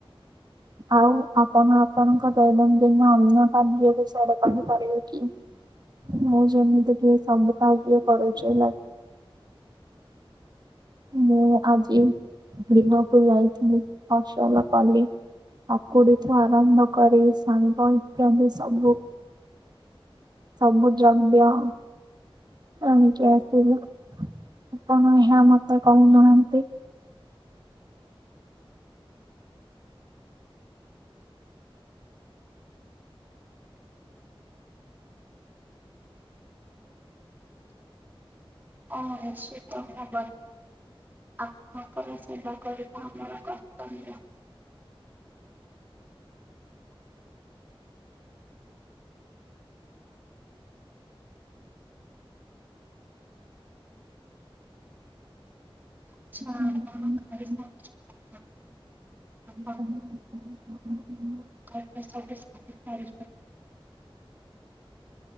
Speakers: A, on the right; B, on the right.
A: ଆଉ ଆପଣ ଆପଣଙ୍କ ଦୈନନ୍ଦିନ ଅନ୍ୟ ଖାଦ୍ଯ ବିଷୟରେ କହି ପାରିବେ କି? ମୁଁ ଯେମିତି କି ସବୁ କାର୍ଯ୍ୟ କରୁଛି। ମୁଁ ଆଜି ଦିନପ ଯାଇଥିଲି ଫସଲ କଲି। ଆକୁଡିଠୁ ଆରମ୍ଭ କରି ସାଙ୍ଗ ଇତ୍ୟାଦି ସବୁ ସବୁ ଦ୍ରବ୍ୟ। ଏଣିକି ଆସିବୁ <unintelligible> କହୁନାହା ନ୍ତି।
B: ଓଁ ନିଶ୍ଚିତ ମୋବାର ଆପଣଙ୍କର ସେବା କରିବା ଆମର କର୍ତ୍ତବ୍ୟ। ଆଚ୍ଛା
A: ହୁଁ ହୁଁ
B: ଆପଣ ଖାଇସାରିଛନ୍ତି ଆପଣ
A: ହଁ
B: ମେଶ୍ରବିସ <unintelligible>